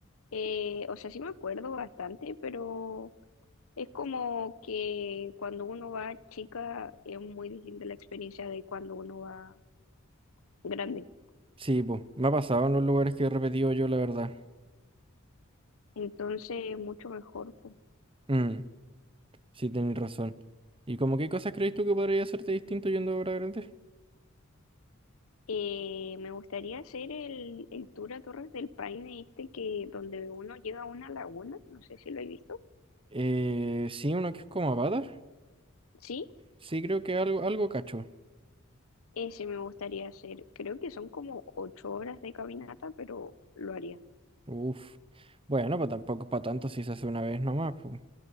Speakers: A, on the left (about 75°); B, on the right (about 25°).
A: eh, o sea, sí me acuerdo bastante, pero es como que cuando uno va chica es muy distinta la experiencia de cuando uno va grande,
B: Sí, pues, me ha pasado en los lugares que he repetido yo, la verdad.
A: entonces mucho mejor. po.
B: Mm, sí, tenéis razón. ¿Y como qué cosas crees tú que podría hacerte distinto yendo a obra grande?
A: Eh, me gustaría hacer el, el tour a Torres del Paine este que donde uno llega a una laguna, no sé si lo he visto.
B: Eh, sí, uno que es como patas.
A: Sí,
B: Sí, creo que algo, algo cacho.
A: ese me gustaría hacer. Creo que son como ocho horas de caminata, pero lo haría.
B: Uf. Bueno, pues tampoco es para tanto si se hace una vez nomás, pues.